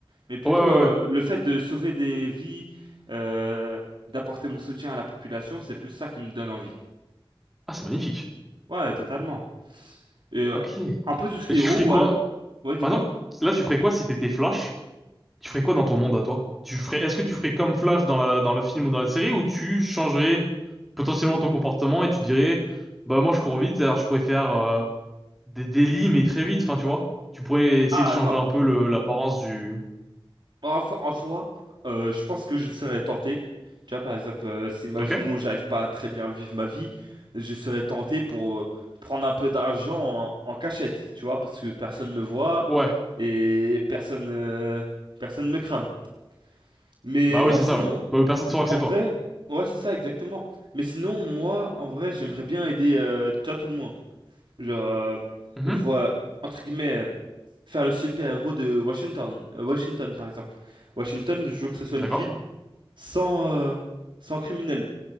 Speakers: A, on the right; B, in the centre.
A: Mais plutôt
B: Ouais, ouais,
A: euh,
B: ouais.
A: le fait de sauver des vies, euh, d'apporter mon soutien à la population, c'est plus ça qui me donne envie.
B: Ah, c'est magnifique.
A: Ouais, totalement. Et euh,
B: Ok. Et
A: un peu tout ce qui est
B: tu
A: héros,
B: ferais quoi?
A: ou al- ouais, dis-moi.
B: Par exemple, là, tu ferais quoi si t'étais Flash? Tu ferais quoi dans ton monde à toi? Tu ferais, est-ce que tu ferais comme Flash dans la, dans le film ou dans la série ou tu changerais potentiellement ton comportement et tu dirais, bah moi je cours vite, alors je pourrais faire euh, des délits mais très vite, enfin tu vois? Tu pourrais essayer
A: Ah
B: de changer
A: non.
B: un peu le, l'apparence du...
A: Enfin, en soi, euh, je pense que je serais tenté. Tu vois, par exemple, euh, si imaginons
B: Ok?
A: j'arrive pas à très bien vivre ma vie, je serais tenté pour euh, prendre un peu d'argent en, en cachette, tu vois, parce que personne me voit
B: Ouais.
A: et personne, euh, personne me crame. Mais
B: Bah
A: non,
B: oui, c'est
A: sinon.
B: ça, oui. Bah oui, personne ne saura que
A: En
B: c'est
A: vrai,
B: toi.
A: ouais, c'est ça, exactement. Mais sinon, moi, en vrai, j'aimerais bien aider, euh, tu vois, tout le monde. Genre, euh,
B: Mhm.
A: voir, entre guillemets, euh, faire le super-héros de Washington. Euh, Washington, par exemple. Washington, je veux que ce soit
B: D'accord.
A: une ville sans, euh, sans criminels,